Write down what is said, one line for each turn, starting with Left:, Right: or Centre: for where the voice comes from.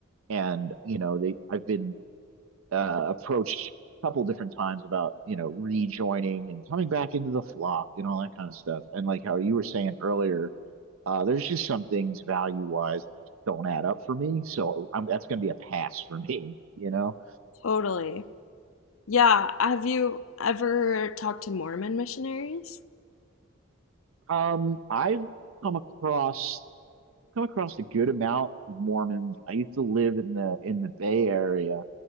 Right: and you know they I've been uh, approached a couple different times about you know rejoining and coming back into the flock and all that kind of stuff. And like how you were saying earlier, uh, there's just some things value wise don't add up for me, so I'm, that's going to be a pass for me. You know,
Left: Totally. Yeah. Have you ever talked to Mormon missionaries?
Right: um, I've come across come across a good amount of Mormons. I used to live in the in the Bay Area